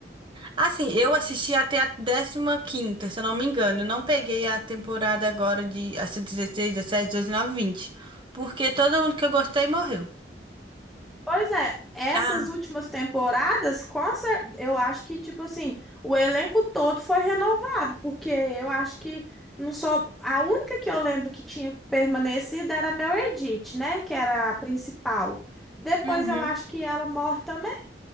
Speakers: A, on the right (about 30°); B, in the centre.
A: Assim, eu assisti até a décima quinta se eu não me engano. Eu não peguei a temporada agora de essa dezesseis dezessete 19, vinte Porque todo mundo que eu gostei morreu.
B: Pois é, essas
A: Ah,
B: últimas temporadas, com cer- eu acho que, tipo assim, o elenco todo foi renovado, porque eu acho que não só a única que eu lembro que tinha permanecido era a Meredith, né? Que era a principal. Depois
A: uhum.
B: eu acho que ela morre também.